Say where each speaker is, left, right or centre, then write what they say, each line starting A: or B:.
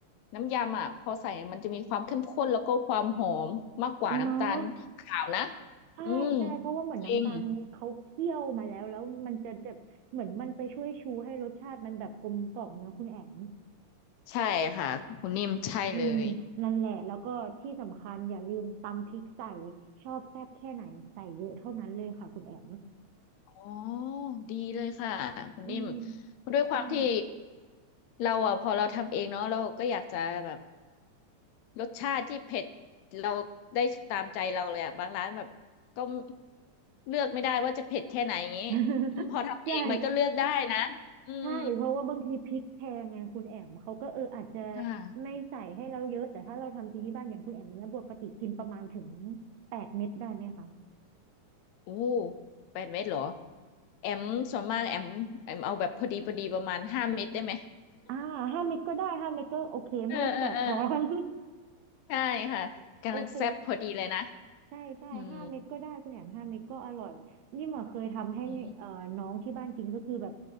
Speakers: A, on the left; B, on the right.
A: น้ำยำอ่ะพอใส่มันจะมีความเข้มข้นแล้วก็ความหอมมากกว่าน้ำตาลขาวนะ
B: เนาะใช่ใช่เพราะว่าเหมือนน้ำตาลเขาเคี่ยวมาแล้วแล้วมันจะแบบเหมือนมันไปช่วยชูให้รสชาติมันแบบกลมกล่อมเนอะคุณแอม
A: อืมจริง ใช่ค่ะคุณนิ่มใช่เลย
B: อืมนั่นแหละแล้วก็ที่สำคัญอย่าลืมตำพริกใส่ชอบแซ่บแค่ไหนใส่เยอะเท่านั้นเลยค่ะคุณแอม
A: อ๋อดีเลยค่ะคุณนิ่ม
B: อืม
A: ด้วยความที่
B: อืม
A: เราอ่ะพอเราทำเองเนาะเราก็อยากจะแบบรสชาติที่เผ็ดเราได้ตามใจเราเลยอ่ะบางร้านแบบก็เลือกไม่ได้ว่าจะเผ็ดแค่ไหนอย่างงี้อืมพอทำเองมันก็เลือกได้นะอืม
B: <laughs> ใช่ใช่เพราะว่าบางทีพริกแพงไงคุณแอมเขาก็เอออาจจะ
A: ค่ะ
B: ไม่ใส่ให้เราเยอะแต่ถ้าเราทำกินที่บ้านอย่างคุณแอมเนี้ยปกติกินประมาณถึงแปดเม็ดได้ไหมคะ
A: โอ้แปดเม็ดเหรอแอมส่วนมากแอมแอมเอาแบบพอดีพอดีประมาณห้าเม็ดได้ไหม
B: อ่าห้าเม็ดก็ได้ห้าเม็ดก็โอเคไม่แสบท้อง
A: เออเออเออ ใช่ค่ะกำลังแซ่บพอดีเลยนะ
B: <laughs> โอเค ใช่ใช่ห้าเม็ดก็ได้คุณแหนมห้าเม็ดก็อร่อยนี่หมอเคยทำให้เอ่อน้องที่บ้านกินก็คือแบบ
A: อืมอืม